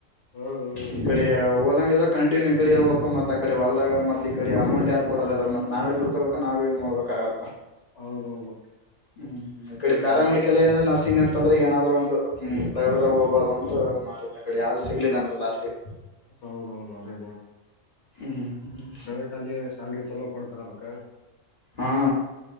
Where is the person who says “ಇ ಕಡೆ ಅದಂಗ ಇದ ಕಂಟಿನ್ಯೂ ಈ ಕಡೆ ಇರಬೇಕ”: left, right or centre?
Left